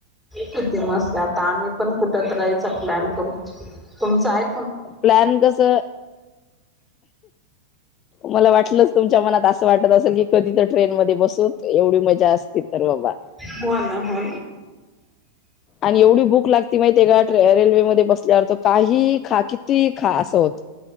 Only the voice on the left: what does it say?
प्लॅन कस मला वाट लं तुमच्या मनात असं वाटत असेल की कधी तर ट्रेन मध्ये बसू एवढी मजा असते तर बाबा
आणि एवढी भूक लागते माहि रेल्वे मध्ये बसल्यावर काही खा किती खा असं होत